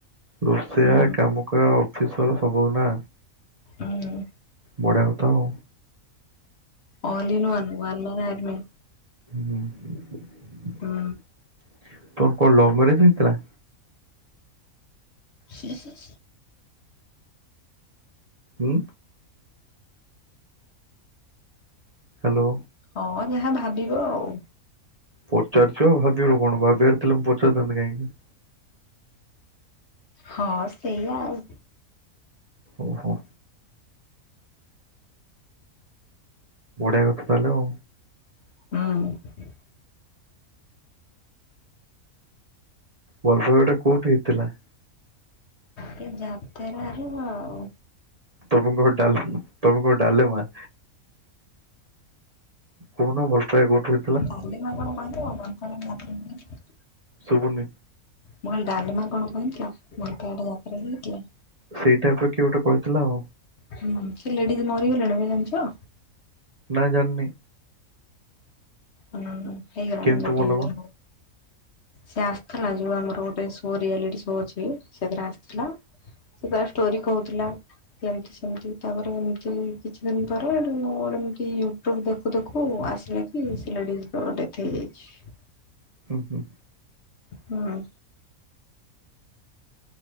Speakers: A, on the right; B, on the left.
A: ରୋଷେଇଆ
B: ହୁଁ
A: କାମ ଅଫିସର ସବୁ ନା।
B: ହୁଁ।
A: ବଢିଆ କଥା ଆଉ।
B: ଓଲିିନ ୱାନ ୱାନ ମାନେ ଆମେ।
A: ହୁଁ ତମର
B: ହୁଁ
A: କଣ ଲଭ ମ୍ୟାରେଜ ହେଇଥିଲା?
B: ହୁଁ ହୁଁ।
A: ଉଁ। ହାଲୋ।
B: ହଁ ଯାହା ଭାବିବ ଆଉ।
A: ପଚାରୁଛୁ ଭାବିବାର କଣ ଭାବିବାର ଥିଲା ମୁଁ ପଚାରିଥାନ୍ତି କାହିଁକି।
B: ହଁ ସେଇଆ ଆଉ।
A: ଓହୋ। ବଢିଆ କଥା ତାହେଲେ ଆଉ।
B: ହୁଁ।
A: ଭଲ ପାଇବାଟା କୋଉଠି ହେଇଥିଲା?
B: କେ ଯାତେରାରୁ ଆଉ।
A: ତମେ କଣ ଡାଲ ତମେ କଣ ଡାଲେମା? କହୁନ ଭଲ ପାଇବା କୋଉଠୁ ହେଇଥିଲା?
B: <unintelligible>
A: ଶୁଭୁନି।
B: ମୁଁ କଇଲି ଡାଲିମା କଣ କହିଥିଲା ମୋର ତଆଡେ ଯାତ୍ରା ଯାଇଥିଲା।
A: ସେଇଟାପର କିଏ ଗୋଟେ କହିଥିଲା ଆଉ?
B: ହୁଁ ସେ ଲେଡିଜ ମରି ଗଲେଣି ଭାଇ ଜାଣିଛ?
A: ନା ଜାଣିନି।
B: ହୁଁ ହେଇଗଲାଣି
A: କେମିତି
B: <unintelligible>
A: ଭଲ ବା
B: ସେ ଆସିଥିଲା ଯୋଉ ଆମର ଗୋଟେ ସୋ ରିଆଲିଟି ସୋ ଅଛି ସେଥିରେ ଆସିଥିଲା। ସେ ତାର ଷ୍ଟୋରି କହୁଥିଲା। କେମତି ସେମତି ତାପରେ ଏମିତି କିଛି ଦିନ ପରେ ଏମତି ଦେଖୁ ଦେଖୁ ଆସିଲେ କି ସେ ଲେଡିଜଙ୍କର ଡେଥ୍ ହେଇଯାଇଛି।
A: ହୁଁ ହୁଁ।
B: ହୁଁ।